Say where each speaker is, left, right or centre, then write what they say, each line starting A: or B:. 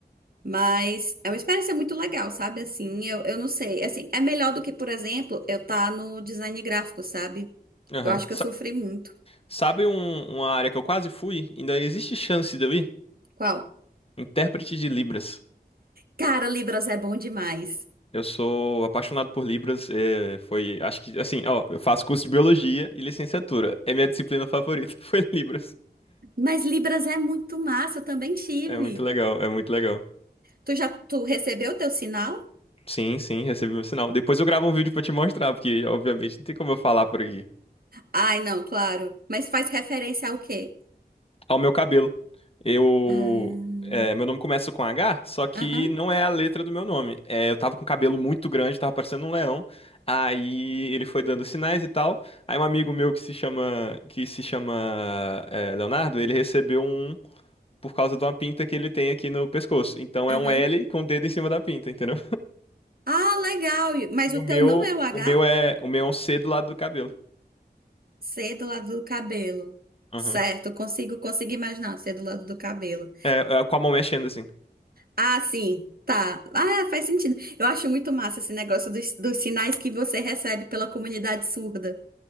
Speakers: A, on the right; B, on the left.
A: Mas é uma experiência muito legal, sabe? Assim, eu, eu não sei. Assim, é melhor do que, por exemplo, eu estar no design gráfico, sabe?
B: Aham.
A: Eu acho que eu sofri muito.
B: Sabe um- uma área que eu quase fui? Ainda existe chance de eu ir?
A: Qual?
B: Intérprete de Libras.
A: Cara, Libras é bom demais.
B: Eu sou apaixonado por Libras. é, foi, acho que, assim, ó, eu faço curso de biologia e licenciatura. É minha disciplina favorita, <laughs> foi Libras.
A: Mas Libras é muito massa, eu também tive.
B: É muito legal, é muito legal.
A: Tu já, tu recebeu o teu sinal?
B: Sim, sim, recebi meu sinal. Depois eu gravo um vídeo pra te mostrar, porque obviamente não tem como eu falar por aqui.
A: Ai, não, claro. Mas faz referência ao quê?
B: ao meu cabelo. Eu.
A: Ah,
B: é, meu nome começa com H, só que
A: aham,
B: não é a letra do meu nome. É, eu tava com um cabelo muito grande, tava parecendo um leão. Aí ele foi dando sinais e tal. Aí um amigo meu que se chama, que se chama é, Leonardo, ele recebeu um por causa de uma pinta que ele tem aqui no pescoço. Então
A: aham.
B: é um L com o dedo em cima da pinta, entendeu?
A: Ah, legal. E- Mas
B: E
A: o
B: o
A: teu
B: meu,
A: não é o
B: o
A: H?
B: meu é, o meu é um C do lado do cabelo.
A: C do lado do cabelo.
B: Aham.
A: Certo, eu consigo, consigo imaginar C do lado do cabelo.
B: É, é, com a mão mexendo assim.
A: Ah, sim, tá. Ah, faz sentido. Eu acho muito massa esse negócio dos, dos sinais que você recebe pela comunidade surda.